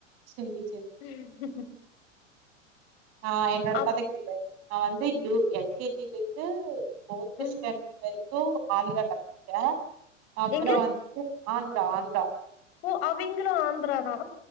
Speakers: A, on the right (about 45°); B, on the left (about 55°).
A: சேரி சேரி
B: ம்
A: ஆ என்னோட
B: அப்
A: பதக்க இல்ல நா வந்து யூ எல் கே ஜில இருந்து ஃபோர்த்து
B: ம்.
A: ஸ்டாண்டர்ட் வரைக்கு ஆந்திரால படிச்ச அப்புற
B: எங்க?
A: வந்ட்டு ஆந்திரா ஆந்திரா
B: ஓ அவிங்களு ஆந்திர தா